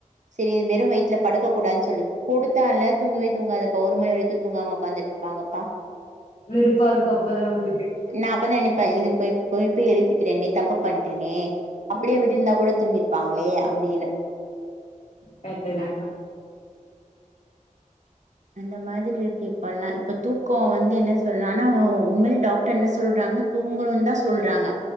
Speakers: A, on the right; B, on the left.
A: செரி வெறு வயித்துல படுக்க கூடான்னு சொல்லி குடுத்தால்ல தூங்கவே தூங்காதுப்பா ஒரு மணி வரைக்கு தூங்காம உக்காந்துட்ருப்பாங்கப்பா
B: வெறுப்பா இருக்கு அப்பதா நம்மளுக்கு
A: நா அப்ப தா நெனைப்ப இது போய் போய் போய் எழுப்பிட்டேனே தப்பு பணட்டேனே அப்டியே விட்டுருந்தா கூட தூங்கிருப்பாங்களே அப்டின்னு
B: கரெட்டு தான்க்கா
A: அந்த மாதிரி இருக்கு இப்பல்லா இப்ப தூக்க வந்து என்ன சொல்னாலு உண்மையிலே டாக்டர் என்ன சொல்றாங்கன்னா தூங்குணுன் தா சொல்றாங்க